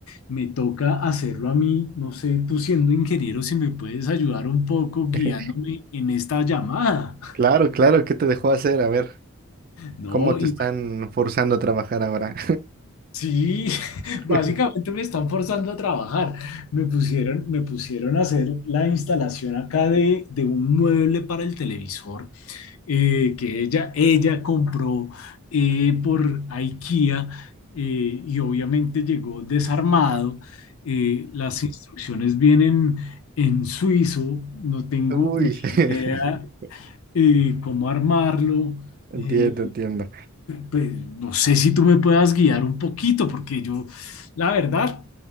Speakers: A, on the left; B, on the right.
A: me toca hacerlo a mí. No sé, tú siendo ingeniero, si me puedes ayudar un poco guiándome
B: <laughs>
A: en esta llamada. <laughs>
B: Claro, claro, ¿qué te dejó hacer? A ver,
A: No,
B: ¿cómo te
A: y
B: están forzando a trabajar ahora?
A: Sí, <laughs>
B: <laughs>
A: básicamente me están forzando a trabajar. Me pusieron, me pusieron a hacer la instalación acá de, de un mueble para el televisor eh, que ella, ella compró eh, por IKEA eh, y obviamente llegó desarmado. Eh, las instrucciones vienen en suizo, no tengo
B: Uy,
A: ni
B: <laughs>
A: idea eh, cómo armarlo.
B: entiendo,
A: Eh,
B: entiendo.
A: pues, no sé si tú me puedas guiar un poquito, porque yo, la verdad,